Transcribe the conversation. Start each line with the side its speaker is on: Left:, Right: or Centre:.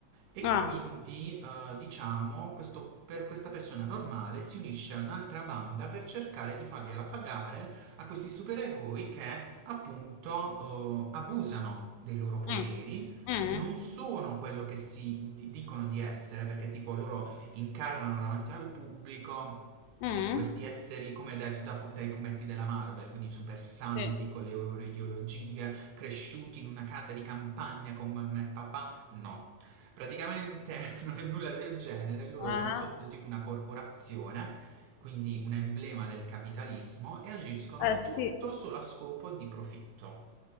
Right: E
Left: Ah,
Right: quindi, eh, diciamo, questo- per questa persona normale si unisce a un'altra banda per cercare di fargliela pagare a questi supereroi che appunto eh, abusano dei loro poteri,
Left: mm, mm,
Right: non sono quello che si di- dicono di essere, perché tipo loro incarnano davanti al pubblico
Left: mm,
Right: questi esseri come dai, da fu- dai fumetti della Marvel, quindi super santi
Left: sì.
Right: con le loro ideologie, cresciuti in una casa di campagna con mamma e papà. No, Praticamente <laughs> non è nulla del genere, loro
Left: Ah,
Right: sono sotto tipo una corporazione, quindi un emblema del capitalismo, e agiscono
Left: eh, sì.
Right: tutto solo a scopo di profitto.